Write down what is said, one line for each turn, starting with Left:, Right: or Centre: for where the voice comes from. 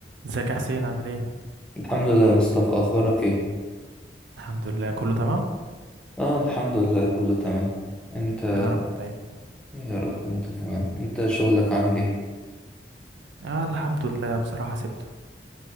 Right: ازيك يا حسين عامل ايه؟
Centre: الحمد لله يا مصطفى أخبارك إيه؟
Right: الحمد لله كله تمام
Centre: آه الحمد لله كله تمام أنت
Right: يا رب دايما
Centre: يا رب أنت كمان أنت شغلك عامل إيه؟
Right: آه الحمد لله بصراحة سبته